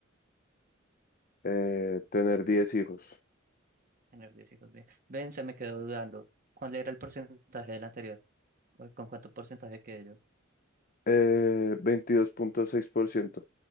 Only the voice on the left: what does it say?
eh, tener 10 hijos.
Eh, veintidós punto seis por ciento